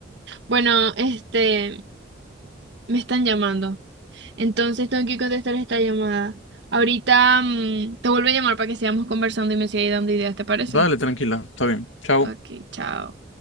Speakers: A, on the right (about 65°); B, on the left (about 80°).
A: Bueno, este, me están llamando. Entonces tengo que contestar esta llamada. Ahorita mm, te vuelvo a llamar para que sigamos conversando y me sigas dando ideas, ¿te parece?
B: Dale, tranquila, está bien. Chao.
A: Ok, chao.